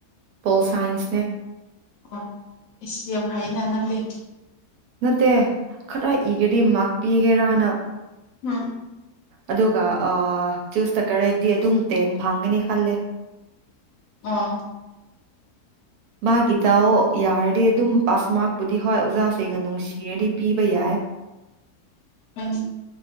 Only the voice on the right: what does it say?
ꯄꯣꯜ ꯁꯥꯏꯟꯁꯅꯦ
ꯅꯠꯇꯦ ꯈꯔ ꯏꯒꯗꯤ ꯃ꯭ꯔꯥꯛ ꯄꯤꯒꯦꯔꯅ
ꯑꯗꯨꯒ ꯆꯨꯁꯇ ꯀꯔꯦꯛꯗꯤ ꯑꯗꯨꯝ ꯇꯦꯟ ꯐꯪꯒꯅꯤ ꯈꯜꯂꯦ
ꯃꯥꯒꯤ ꯇꯥꯎꯣ ꯌꯥꯔꯗꯤ ꯑꯗꯨꯝ ꯄꯥꯁ ꯃ꯭ꯔꯥꯛ ꯕꯨꯗꯤ ꯍꯣꯏ ꯑꯣꯖꯥꯁꯤꯡꯅ ꯅꯨꯡꯁꯤꯔꯗꯤ ꯄꯤꯕ ꯌꯥꯏ